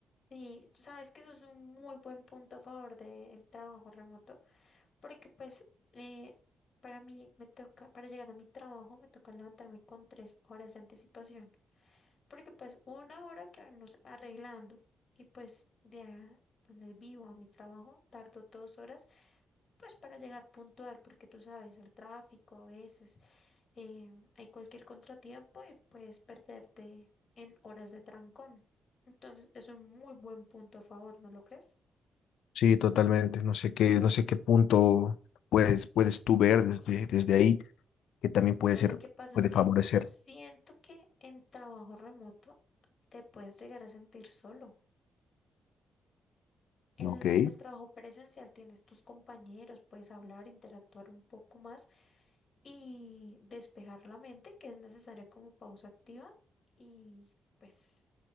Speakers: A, on the left; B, on the left.
A: Sí, tú sabes que eso es un muy buen punto a favor del trabajo remoto, porque pues eh, para mí me toca, para llegar a mi trabajo me toca levantarme con tres horas de anticipación, porque pues una hora que nos arreglando y pues de a donde vivo a mi trabajo tardo dos horas pues para llegar puntual, porque tú sabes, el tráfico a veces eh, hay cualquier contratiempo y puedes perderte en horas de trancón. Entonces, es un muy buen punto a favor, ¿no lo crees?
B: Sí, totalmente. No sé qué, no sé qué punto puedes, puedes tú ver desde, desde ahí, que también
A: Mira,
B: puede ser,
A: lo que pasa
B: puede
A: es que
B: favorecer,
A: yo siento que en trabajo remoto te puedes llegar a sentir solo. En
B: ¿ok?
A: el, en el trabajo presencial tienes tus compañeros, puedes hablar, interactuar un poco más y despejar la mente, que es necesario como pausa activa y pues